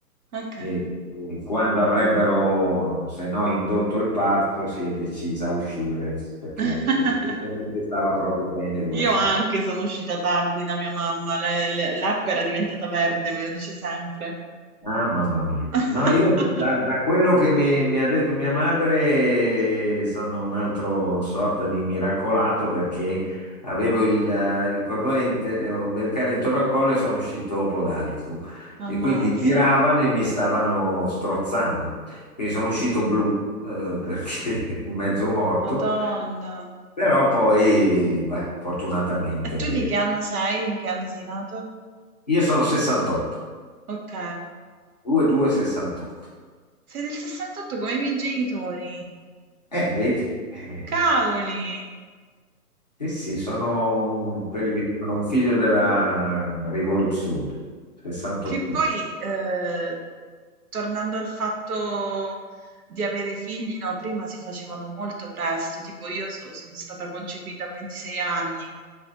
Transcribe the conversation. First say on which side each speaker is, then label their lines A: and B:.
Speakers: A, on the right (about 65°); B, on the left (about 30°).
A: Ok.
B: e, e quando avrebbero, se no, indotto il parto, si è decisa a uscire perché
A: <laughs>
B: evidentemente stava proprio bene dove
A: Io
B: stava.
A: anche sono uscita tardi da mia mamma, la- la- l'acqua era diventata verde, me lo dice sempre.
B: Ah, mamma mia.
A: <laughs>
B: No, io da, da quello che mi, mi ha detto mia madre sono un altro sorta di miracolato perché avevo il, eh, il cordone inte- ombelicale intorno al collo e sono uscito podalico e
A: Ammazza,
B: quindi tiravano e mi stavano strozzando. Quindi sono uscito blu, eh, perché <laughs> mezzo morto,
A: Madonna.
B: però poi, beh, fortunatamente
A: E tu di che anno sei? In che anno sei nato?
B: io sono 68,
A: Ok.
B: 2268.
A: Sei del 68 come i miei genitori.
B: Eh, vedi. eh.
A: Cavoli!
B: Sì, sì, sono quelli che dicono un figlio della rivoluzione, 68.
A: Che poi, ehm, tornando al fatto di avere figli, no, prima si facevano molto presto, tipo io so sono stata concepita a 26 anni.